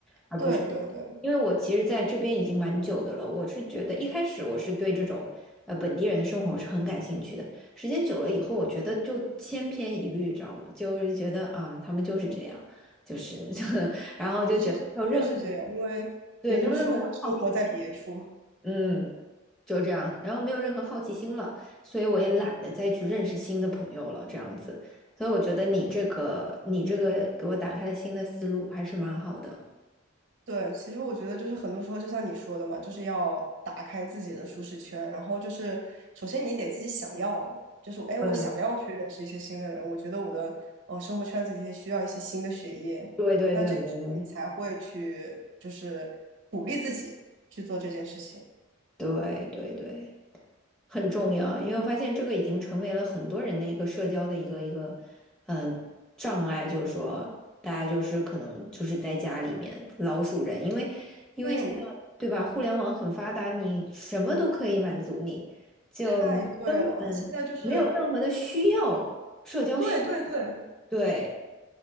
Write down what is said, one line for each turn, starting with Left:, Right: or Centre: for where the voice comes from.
Centre: 而不是
Right: 对对对，
Centre: 因为我其实在这边已经蛮久的了，我是觉得一开始我是对这种呃本地人的生活我是很感兴趣的，时间久了以后，我觉得就千篇一律，知道吗？就是觉得啊，他们就是这样，就是 <laughs> 然后就觉得没有任何
Right: 其实的确是这样，因为别人就是说嘛，
Centre: 对，没有任何的好奇心，
Right: 生活在别处。
Centre: 嗯，就这样，然后没有任何好奇心了，所以我也懒得再去认识新的朋友了，这样子。所以我觉得你这个，你这个给我打开了新的思路，还是蛮好的。
Right: 对，其实我觉得就是很多时候，就像你说的嘛，就是要打开自己的舒适圈，然后就是首先你得自己想要，就是哎，诶我想要去认识一些新的人，
Centre: 对。
Right: 我觉得我的呃生活圈子里面需要一些新的血液，
Centre: 对对对对对
Right: 那这个时候你才会去就是鼓励自己去做这件事情。
Centre: 对对对。很重要，因为我发现这个已经成为了很多人的一个社交的一个一个，嗯、障碍，就是说大家就是可能就是在家里面老鼠人，因为因为现在对吧，
Right: 嗯，
Centre: 互联网很发达，你什么都可以满足你，就你根本没有任何的需要，
Right: 太对了，现在就是
Centre: 社交需要
Right: 对对对，
Centre: 对，